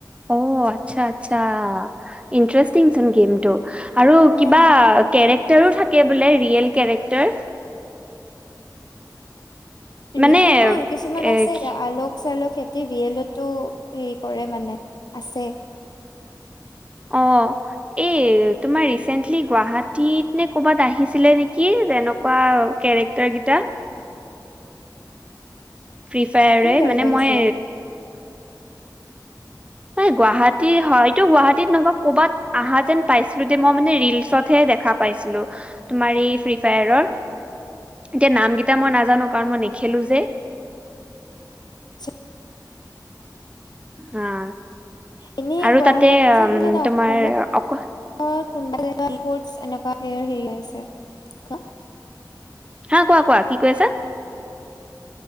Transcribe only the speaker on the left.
হা।
ৰিয়েল
কেৰেক্টাৰ কিছুমান
আছেতিয়া
আলোক চাল টি ৰিয়েলতো হেৰি কৰে মানে আছে
কোন গায়ক
আহিছিলে?
আচ্ছা
এনেই
গুৱাহাটীত
বোলে ন
অসমত
কোনোবা এনেকুৱা ইস্পত হেৰি আছে ক